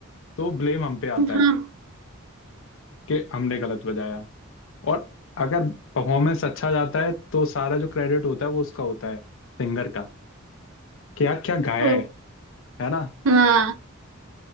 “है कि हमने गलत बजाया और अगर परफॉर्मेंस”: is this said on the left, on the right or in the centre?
Left